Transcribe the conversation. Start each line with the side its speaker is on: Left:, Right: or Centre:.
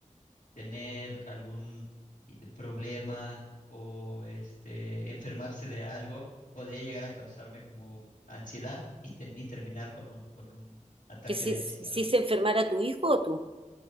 Left: tener algún eh, problema o este, enfermarse de algo, podría llegar a causarme como ansiedad y, ten- y terminar como con un ataque
Right: Que si,
Left: de ansiedad,
Right: si
Left: ¿no?
Right: se enfermara tu hijo o tú.